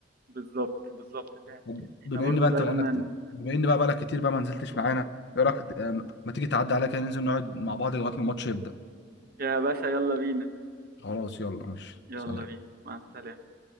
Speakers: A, on the right (about 55°); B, on the left (about 65°).
A: بالظبط بالظبط فعلا
B: طب
A: احنا
B: بما
A: برضو
B: ان بقى
A: لازما
B: انت بقالك بما ان بقى بقالك كتير بقى ما نزلتش معانا ايه رايك آه، ما تيجي تعدي عليا كده ننزل نقعد مع بعض لغايه ما الماتش يبدا
A: يا باشا يلا بينا
B: خلاص يلا ماشي
A: يلا
B: سلام
A: بينا مع السلامة